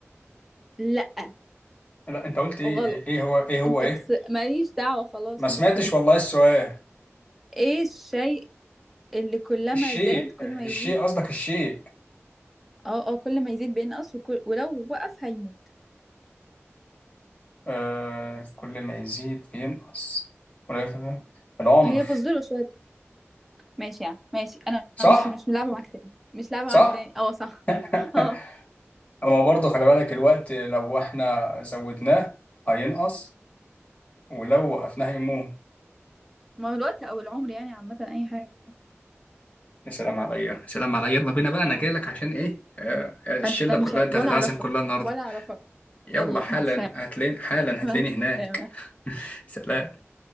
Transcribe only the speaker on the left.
لا انت قلت ايه
ايه إيه هو ايه هو
ايه
ما سمعتش
والله السؤال
الشيء
الشيء
قصدك الشيء
آه كل ما يزيد بينقص ولا يفهم. العمر
صح
صح
<laughs>
اما برضه خلي بالك الوقت لو احنا زودناه هينقص ولو وقفناها يموت
يا سلام عليا يا سلام عليا يلا بينا بقى انا جايلك عشان ايه آه، آه، الشله
كلها
انت هتتعزم
كلها النهارده
يلا
حالا
هتلاقيني حالا
هتلاقيني
هناك
سلام